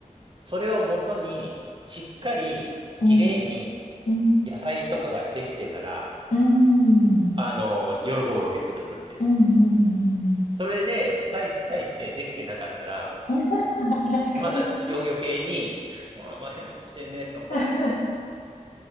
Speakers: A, on the right (about 40°); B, on the left (about 80°).
A: それをもとに、しっかり、
B: うん。
A: きれいに、
B: うん。
A: 野菜とかができてたら、
B: うん。
A: あの、喜ぶわけですよ、それで。
B: うんうんうん
A: それで、対し、対してできてなかったら、
B: うん。<laughs> 確かに。
A: まだよ、余計に、うん変なことしてんね、なんか、
B: <laughs>